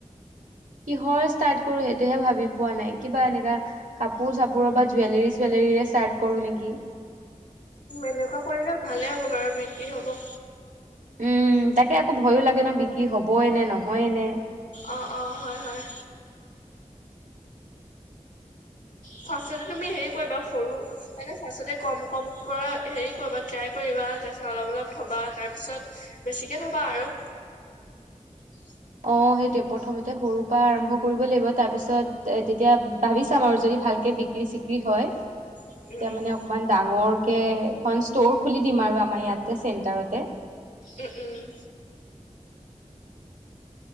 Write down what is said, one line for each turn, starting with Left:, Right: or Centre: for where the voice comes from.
Right: কিহৰ ষ্টাৰ্ট কৰো সেইটোহে ভাবি পোৱা নাই কিবা এনেকাা কাপোৰ চাপোৰৰ বা জুৱেলৰ চুৱেলৰ কৰো নেকি
Left: এনেকুৱা কৰিলেও ভালে হ'ব বাৰু বিক্ৰী হব
Right: উম তাকে আকৌ ভয়ো লাগে ন বিক্ৰী হবই নে নহয় নে
Left: অঁ অঁ হয় হয় ফাৰ্ষ তুমি হে কৰিবা সৰু ম ফাৰ কম ক হে কৰিবা ট্ৰাই কৰিবা া তাৰত অলপ অলপ থবা তাৰপিছত বেছিকে থবা আৰু <inaudible>
Right: অ সেইটোৱে প্ৰথমতে সৰু পৰা আৰম্ভ কৰিবই লাগিব তাৰ পিছত এ তেতিয়া ভাবি চাম আৰু যদি ভাল বিক্ৰী চিক্ৰী হয় তেতিয়া
Left: উম উম
Right: মানে অকমান ডাঙৰ এখন ষ্টৰ খুলি দিম আৰু আমাৰ ইয়াতে চেন্টাৰতে
Left: উম উম